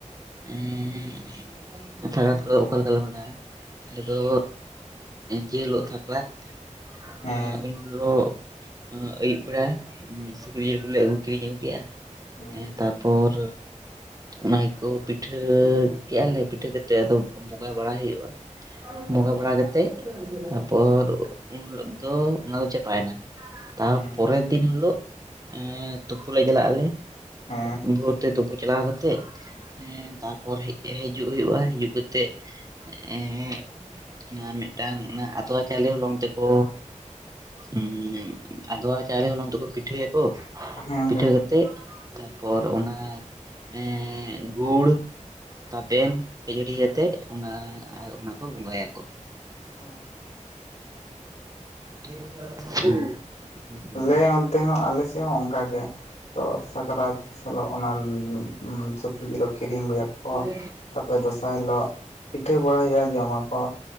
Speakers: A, on the right; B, on the left.
A: ᱮᱸᱻ ᱥᱟᱠᱨᱟᱛ ᱠᱚᱫᱚ ᱚᱠᱟ ᱞᱮᱠᱟ ᱯᱮ ᱵᱮᱱᱟᱭ-ᱟ ᱾ ᱟᱞᱮ ᱫᱚ ᱡᱮᱞᱚᱜ ᱥᱟᱠᱨᱟᱛ ᱾
B: ᱦᱮᱸ
A: ᱮᱸᱻ ᱩᱱᱫᱚ ᱮᱸ ᱟᱹᱭᱩᱵ ᱵᱮᱲᱟ ᱥᱩᱠᱨᱤ
B: ᱦᱮᱸ
A: ᱡᱤᱞ ᱠᱚᱞᱮ ᱟᱹᱜᱩ ᱠᱤᱨᱤᱧ ᱟᱹᱜᱩ ᱠᱮᱜᱼᱟ
B: ᱦᱮᱸ
A: ᱮᱸ ᱛᱟᱯᱚᱨ ᱚᱱᱟ ᱜᱮᱠᱚ ᱯᱤᱴᱷᱟᱹ ᱠᱮᱜᱼᱟ ᱞᱮ ᱯᱤᱴᱷᱟᱹ ᱠᱟᱛᱮᱫ ᱟᱫᱚ ᱵᱚᱸᱜᱟ ᱵᱟᱲᱟᱭ ᱦᱩᱭᱩᱜᱼᱟ ᱾ ᱵᱚᱸᱜᱟ ᱵᱟᱲᱟ ᱠᱟᱛᱮᱫ ᱛᱟᱯᱚᱨ ᱩᱱ ᱦᱤᱞᱚᱜ ᱫᱚ ᱚᱱᱟ ᱫᱚ ᱪᱟᱵᱟᱭᱮᱱᱟ ᱾ ᱛᱟᱨᱯᱚᱨᱮᱨ
B: ᱦᱮᱸ ᱦᱮᱸ
A: ᱫᱤᱱ ᱦᱤᱞᱚᱜ ᱮᱸᱻ ᱛᱩᱯᱩ ᱞᱮ ᱪᱟᱞᱟᱜ ᱟᱞᱮ ᱾
B: ᱦᱮᱸ
A: ᱵᱷᱳᱨ ᱛᱮ ᱛᱩᱯᱩ ᱪᱟᱞᱟᱣ ᱠᱟ ᱛᱮᱫ ᱦᱮᱸ ᱛᱟᱨᱯᱚᱨ ᱦᱤᱡᱩᱜ ᱦᱩᱭᱩᱜᱼᱟ ᱦᱤᱡᱩᱜ ᱠᱟᱛᱮᱜ ᱮᱸ ᱚᱱᱟ ᱢᱤᱫᱴᱟᱹᱝ ᱚᱱᱟ ᱟᱫᱣᱟ ᱪᱟᱣᱞᱮ ᱦᱚᱞᱚᱝ ᱛᱮᱠᱚ ᱩᱸᱢ ᱟᱫᱣᱟ ᱪᱟᱣᱞᱮ ᱦᱚᱞᱚᱝ ᱛᱮᱠᱚ ᱯᱤᱴᱷᱟᱹᱭᱟᱠᱚ ᱾
B: ᱦᱮᱸ
A: ᱯᱤᱴᱷᱟᱹ
B: ᱦᱮᱸ ᱦᱮᱸ
A: ᱠᱟᱛᱮᱫ ᱛᱟᱯᱚᱨ ᱚᱱᱟ ᱮᱸ ᱜᱩᱲ ᱛᱟᱵᱮᱱ ᱠᱷᱟᱹᱡᱟᱹᱲᱤ ᱟᱛᱮᱜ ᱚᱱᱟ ᱟᱨ ᱚᱱᱟ ᱠᱚ ᱵᱚᱸᱜᱟᱭᱟᱠᱚ <inaudible>
B: ᱚ
A: <inaudible>
B: ᱟᱞᱮ
A: ᱞᱟᱹᱭ
B: ᱚᱱᱛᱮ ᱦᱚᱸ ᱟᱞᱮ ᱥᱮᱜ ᱦᱚᱸ ᱚᱱᱠᱟ ᱜᱮ ᱾ ᱛᱚ ᱥᱟᱠᱨᱟᱛ ᱦᱤᱞᱚᱜ ᱚᱱᱟ ᱢᱟ ᱥᱩᱠᱨᱤ ᱡᱤᱞ ᱠᱚ ᱠᱤᱨᱤᱧ ᱞᱟᱹᱜᱟᱹᱱ ᱾
A: ᱦᱳᱭ
B: ᱚᱻ ᱟᱨ ᱫᱚᱥᱟᱨ ᱦᱤᱞᱚᱜ ᱯᱤᱴᱷᱟᱹ ᱵᱟᱲᱟᱭ ᱦᱩᱭᱩᱜᱼᱟ ᱾ ᱡᱚᱢᱟᱠᱚ